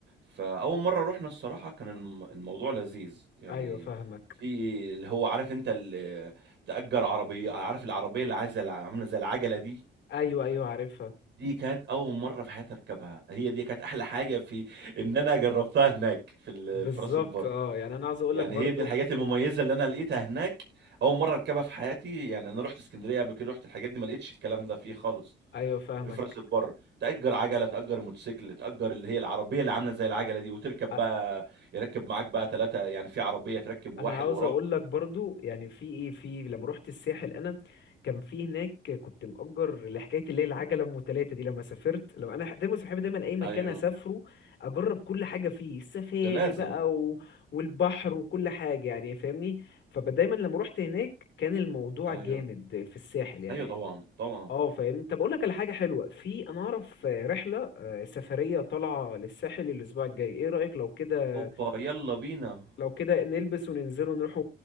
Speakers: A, on the right; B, on the left.
A: فاول مره رحنا الصراحه كان الم- الموضوع لذيذ يعني
B: ايوه فاهمك
A: في اللي هو عارف انت اللي تأجر عربيه عارف العربيه اللي عايزه الع- عامله زي العجله دي
B: ايوه ايوه عارفها
A: دي كانت اول مره في حياتي اركبها هي دي كانت احلى حاجه في ان انا جربتها هناك في ال-
B: بالظبط
A: في راس البر
B: اه يعني انا عاوز اقول
A: يعني
B: لك برضو
A: هي دي الحاجات المميزة اللي أنا لقيتها هناك أول مرة أركبها في حياتي يعني أنا رحت اسكندرية قبل كده رحت الحاجات دي ما لقيتش الكلام ده فيه خالص
B: ايوه فاهمك
A: غير في راس البر تأجر عجلة تأجر موتوسيكل تأجر اللي هي العربية اللي عاملة زي العجلة دي وتركب
B: أ-
A: بقى يركب معاك بقى ثلاثة يعني في عربية تركب واحد
B: انا عاوز
A: وراك
B: اقول لك برضو يعني في ايه في لما رحت الساحل انا كان في هناك كنت مأجر لحكايه اللي هي العجله ام تلاته دي لما سافرت لما انا دايما صاحبي دايما اي مكان
A: أيوه
B: اسافره اجرب كل حاجه فيه السفاري
A: ده لازم
B: بقى و... والبحر وكل حاجه يعني فاهمني فدايما لما رحت هناك كان الموضوع
A: أيوه
B: جامد في الساحل يعني
A: أيوه طبعا طبعا
B: اه فاهمني طب اقول لك على حاجه حلوه في انا اعرف رحله آه، سفريه طالعه للساحل الاسبوع الجاي ايه رايك لو كده
A: أوبا يلا بينا
B: لو كده نلبس وننزل ونروح